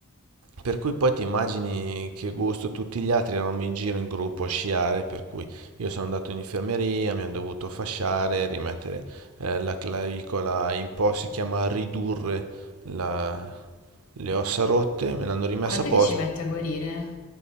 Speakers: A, on the right (about 80°); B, on the left (about 80°).
A: Per cui poi ti immagini che gusto, tutti gli altri eravamo in giro in gruppo a sciare, per cui io sono andato in infermeria, mi hanno dovuto fasciare, rimettere eh, la clavicola in posto, si chiama ridurre la- le ossa rotte, me l'hanno rimessa
B: Quant'è
A: a posto.
B: che ci mette a guarire?